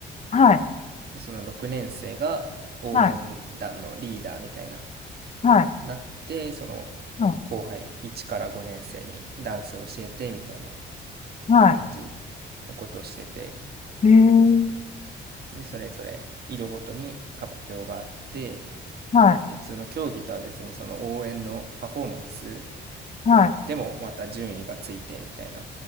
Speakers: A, on the left; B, on the right.
A: はい、
B: で、その6年生が応援団のリーダーみたいな、
A: はい、はい、
B: なって、その
A: はい、
B: 後輩1から5年生にダンスを教えてみたいな
A: は
B: 感じのことをしてて、
A: い。へえ、
B: で、それぞれ色ごとに発表があって、
A: はい、
B: で、普通の競技とは別にその応援のパフォーマンス
A: はい。
B: でもまた順位がついてみたいな